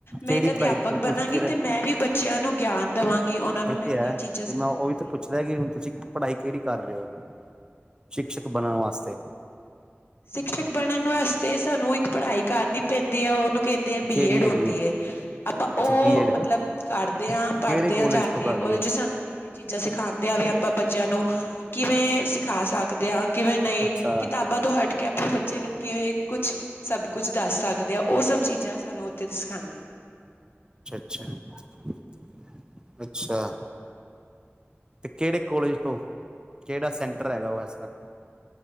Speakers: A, on the right; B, on the left.
A: ਕਿਹੜੀ
B: ਮੈਂ ਇੱਕ ਅਧਿਆਪਕ
A: ਪੜ੍ਹਾਈ ਹੁਣ ਤੁਸੀਂ
B: ਬਨਾਗੀ
A: ਕਿਹੜੇ
B: ਤੇ ਮੈਂ ਵੀ ਬੱਚਿਆਂ ਨੂੰ ਗਿਆਨ ਦੇਵਾਂਗੀ, ਉਹਨਾਂ ਨੂੰ
A: ਇਹ
B: ਨਈ-
A: ਤੇ ਹੈ
B: ਨਈ ਚੀਜ਼ਾਂ ਸਿਖਾਵਾਂਗੀ
A: ਤੇ ਮੈਂ ਉਹੀ ਤਾਂ ਪੁੱਛਦਾ ਕਿ ਹੁਣ ਤੁਸੀਂ ਪੜ੍ਹਾਈ ਕਿਹੜੀ ਕਰ ਰਹੇ ਹੋ, ਸ਼ਿਕਸ਼ਕ ਬਣਨ ਵਾਸਤੇ
B: ਸਿਕਸ਼ਕ ਬਣਨ ਵਾਸਤੇ ਸਾਨੂੰ ਇੱਕ ਪੜ੍ਹਾਈ ਕਰਨੀ ਪੈਂਦੀ ਹੈ ਉਹਨੂੰ ਕਹਿੰਦੇ ਆ ਬੀ,
A: ਕਿਹੜੀ
B: ਏਡ
A: ਹੈਗੀ
B: ਹੁੰਦੀ
A: ਹੈ
B: ਆਪਾਂ
A: ਅੱਛਾ
B: ਉਹ
A: ਬੀਐਡ
B: ਮਤਲਬ ਕਾਰਦੇ ਹਾਂ
A: ਕਿਹੜੇ
B: ਪੜ੍ਹਦੇ
A: ਕੋਲਜ
B: ਹਾਂ ਜਾ
A: ਤੋਂ
B: ਕੇ
A: ਕਰ ਰਹੇ
B: ਉਹਦੇ
A: ਹੋ
B: ਚ ਸਾਨੂੰ ਨਈ ਨਈ ਚੀਜ਼ਾਂ ਸਿਖਾਉਂਦੇ ਆ ਵੀ ਆਪਾਂ ਬੱਚਿਆਂ ਨੂੰ ਕਿਵੇਂ ਸਿਖਾ ਸਕਦੇ ਹਾਂ ਕਿਵੇਂ ਨਈ
A: ਅੱਛਾ
B: ਕਿਤਾਬਾਂ ਤੋਂ ਹਟ ਕੇ ਆਪਣੇ ਬੱਚੇ ਨੂੰ ਕਿਵੇਂ ਕੁਛ, ਸਭ ਕੁਛ ਦੱਸ ਸਕਦੇ ਆ ਉਹ ਸਭ ਚੀਜ਼ਾਂ ਤੁਹਾਨੂੰ ਉੇਥੇ ਸਿਖਾਉਣ ਦੇ
A: ਅੱਛਾ, ਅੱਛਾ, ਅੱਛਾ ਤੇ ਕਿਹੜੇ ਕਾਲਜ ਤੋਂ, ਕਿਹੜਾ ਸੈਂਟਰ ਹੈਗਾ ਏਸਾ